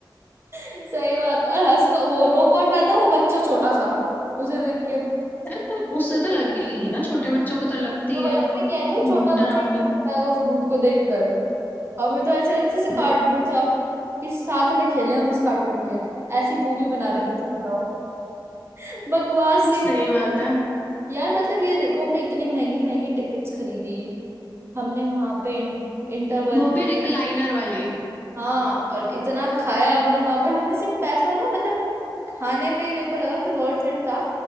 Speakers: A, on the right (about 30°); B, on the left (about 20°).
A: <laughs> सही बात और हंस को वो रो कौन रहा था वो बच्चा छोटा सा उसे देख के
B: यार
A: उसको
B: तो उससे
A: देख
B: तो लगेगी
A: के
B: ना छोटे बच्चों को तो लगती
A: तो
B: है
A: वही तो
B: हम्म,
A: मैं कह रही हूँ छोटा बच्चा
B: डरावनी
A: ही रो सकता है उस भूत को देखकर हमें तो ऐसे लगता है जैसे कार्टून
B: वही
A: सा कि साथ में खेले हम इस कार्टून के ऐसी मूवी बना रखी थी बताओ <laughs> बकवास सी
B: सही
A: वो
B: बात है
A: यार मतलब ये देखो हमने इतनी महंगी महंगी टिकट्स खरीदी हमने वहां पे इंटरवल
B: वो भी रिक्लाइनर वाली
A: हाँ और इतना खाया हमने वहां पे हमने सिर्फ पैसा ना मतलब खाने पे ही मेरे को लगा कि वर्थ इट था